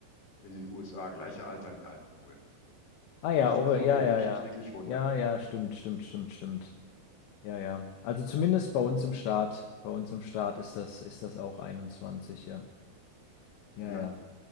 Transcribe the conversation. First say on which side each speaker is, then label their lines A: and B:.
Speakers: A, on the left; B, on the left.
A: in den USA, gleiche Alter wie Alkohol.
B: Ah ja,
A: Alles
B: Over,
A: andere
B: ja,
A: würde
B: ja,
A: mich
B: ja.
A: jetzt wirklich wundern.
B: Ja, ja, stimmt, stimmt, stimmt, stimmt. Ja, ja. Also zumindest bei uns im Staat, bei uns im Staat ist das, ist das auch 21. ja. Ja,
A: Ja,
B: ja.